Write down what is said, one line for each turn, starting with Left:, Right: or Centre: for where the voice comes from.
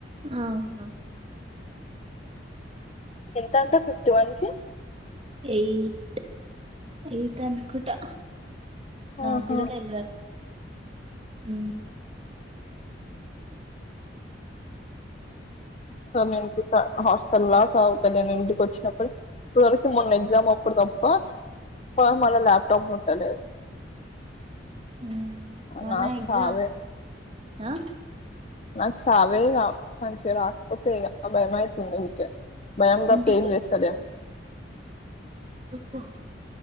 Right: ఆహా
Left: ఎంతంటా ఫిఫ్టీ వన్ కి
Right: ఎయిట్ ఎయిట్ అనుకుంటా నాకు
Left: ఆహా
Right: కూడ తెల్వది. హ్
Left: సరే నేను గిట్ట హాస్టల్లా సదువుతలేను ఇంటికి వచ్చినప్పుడు ఇప్పటి వరకు మొన్న ఎగ్జామ్ అప్పుడు తప్పా వాడు మళ్ళ ల్యాప్టాప్ ముట్టలేదు.
Right: ఉమ్ మొన్న
Left: నాకుచావే.
Right: ఎగ్జామ్ ఆ
Left: నాకు సావే ఇగ మంచిగా రాకపోతే ఇగ భయం అయితుంది ఉకే భయం తప్పా
Right: ఇంటికి
Left: ఏం చేస్తలేం.
Right: అ